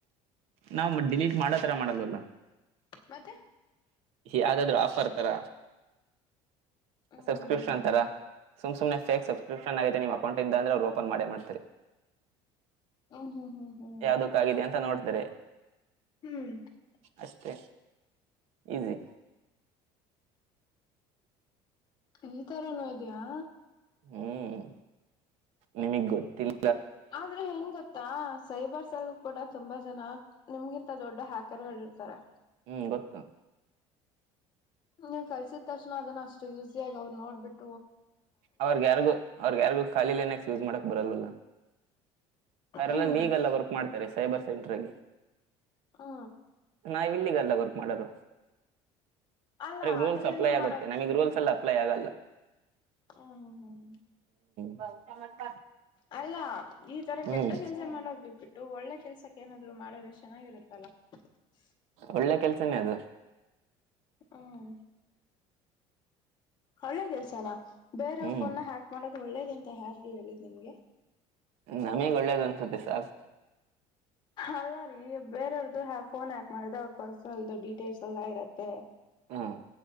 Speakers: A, on the right; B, on the left.
A: ನಾವ್ ಡಿಲೀಟ್ ಮಾಡತರ ಮಾಡಲ್ವಲ್ಲ
B: ಮತ್ತೆ
A: ಯಾವ್ದಾದ್ರು ಆಫರ್ ತರ
B: ಹ್ಮ್
A: ಸಬ್ಸ್ಕ್ರಿಪ್ಷನ್
B: ಹ್ಮ್
A: ತರಾ ಸುಮ್ಸುಮ್ನೆ ಫೇಕ್ ಸಬ್ಸ್ಕ್ರಿಪ್ಷನ್ ಆಗಿದೆ ನಿ ಟ್ ಅಂದ್ರ ಅವರು ಓಪನ್ ಮಾಡೇ ಮಾಡ್ತಾರೆ
B: ಹ್ಮ್ ಹ್ಮ್ ಹ್ಮ್ ಹ್ಮ್ ಹ್ಮ್ ಹ್ಮ್
A: ಯಾದಕ್ಕಿದೆ ಅಂತ ನೋಡ ಅರೆ
B: ಹ್ಮ್
A: ಅಷ್ಟೇ ಈಸಿ
B: ಈ ತರನು ಇದೆಯಾ
A: ಹ್ಮ್ ನಿಮಗ್ ಗೊತ್ತಿಲ್ಲಾ
B: ಆದ್ರೆ ಹೆಂಗ್ ಗೊತ್ತಾ ಸೈಬರ್ ಸಲ್ ಕೂಡ ತುಂಬಾ ಜನ ನಿಮಗಿಂತ ದೊಡ್ಡ ಹ್ಯಾಕರ್ಗಳ ಇರ್ತಾರೆ
A: ಹ್ಮ್ ಗೊತ್ತು
B: ನೀನ್ ಕಲ್ಸಿದ ತಕ್ಷಣ ಅದನ್ನ ಅಷ್ಟು ಇಸಿ ಆಗ ಅವ್ರು ನೋಡ್ಬಿಟ್ಟ
A: ಅವ್ರಗ ಯಾರಿಗು ಅವ್ರಗ ಯಾರಿಗು ಖಾಲಿಲೆ ಏನಕ್ ಯೂಸ್ ಮಾಡಕ್ ಬರಲ್ಲಲ್ಲ ಅವರೆಲ್ಲ
B: ಹ್ಮ್
A: ಲೀಗಲ್ ವರ್ಕ್ ಮಾಡ್ತಾರೆ ಸೈಬರ್ ಸೆಂಟರ್ ಲೀ
B: ಹಾ
A: ನ ಇಲ್ಲಿಗಲ್ಲ ವಕ್ ಮಾಡೊದು
B: ಅಲ್ಲ
A: ರೂಲ್ಸ್
B: ಅದನ್ನೆಲ್ಲಾ
A: ಅಪ್ಲೈ ಆಗುತ್ತೆ
B: ಮಾಡೋ
A: ನಮಗ್ ರೂಲ್ಸ್ ಎಲ್ಲ ಪ್ಲೇ ಆಗಲ್ಲ
B: ಹ ಹ್ಮ ಹ್ಮ ಹ್ಮ
A: <unintelligible>
B: ಅಲ್ಲ ಈ ತರ
A: ಹ್ಮ್
B: ಕೆಟ್ಟ ಕೆಲ್ಸ ಮಾಡೋದ್ ಬಿಟ್ಬಿಟ್ಟು ಒಳ್ಳೆ ಕೆಲ್ಸಕ್ಕೆ ಏನಾದ್ರು ಮಾಡದ್ರೆ ಚೆನ್ನಾಗಿರುತ್ತಲ್ಲಾ <unintelligible>
A: ಒಳ್ಳೆ ಕೆಲ್ಸನೇ ಅದು.
B: ಹ್ಮ. ಒಳ್ಳೇದ ಕೆಲ್ಸನಾ ಬೇರ
A: ಹ್ಮ್
B: ಫೋನ್ ಹ್ಯಾಕ್ ಮಾಡೋದು ಒಳ್ಳೇದ ಅಂತ ಯಾರೀ ಹೇಳಿದ್ ನಿಮ್ಗೆ
A: ನಮಗ್ ಒಳ್ಳೇದು ಅನ್ಸುತ್ತೆ ಸಾಕು
B: ಅಲ್ಲ ರೀ ಬೇರೆಯವ್ರ್ದು ಫೋನ್ ಹಾಕ್ ಮಾಡಿದೆ ಅವ್ರ ಪರ್ಸನಲ್ದು ಡೀಟೇಲ್ಸ್ ಎಲ್ಲ ಇರತ್ತೆ
A: ಹ್ಮ್